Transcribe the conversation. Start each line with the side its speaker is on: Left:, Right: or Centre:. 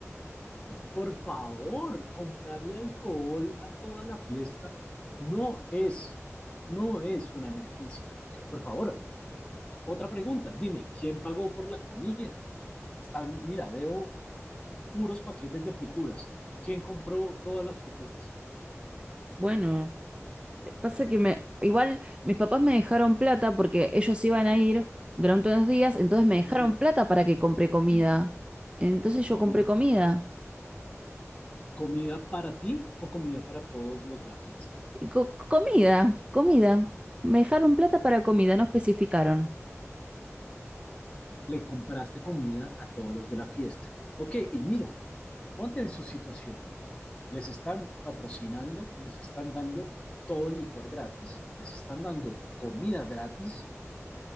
Left: Por favor, comprarle alcohol a toda la fiesta no es, no es una emergencia. Por favor, otra pregunta. Dime, ¿quién pagó por la comida? Están, mira, veo puros paquetes de frituras. ¿Quién compró todas las frituras?
Right: bueno, eh, pasa que me, igual mis papás me dejaron plata porque ellos iban a ir durante unos días, entonces me dejaron
Left: Gloria,
Right: plata para que
Left: Respóndeme,
Right: compre comida. Entonces
Left: respóndeme.
Right: yo compré comida.
Left: ¿Comida para ti o comida para todos los de la fiesta?
Right: Y co- comida, comida. Me dejaron plata para
Left: Ok,
Right: comida, no especificaron.
Left: Le compraste comida a todos los de la fiesta. Ok, mira, ponte en su situación. Les están patrocinando, les están dando todo el licor gratis, les están dando comida gratis.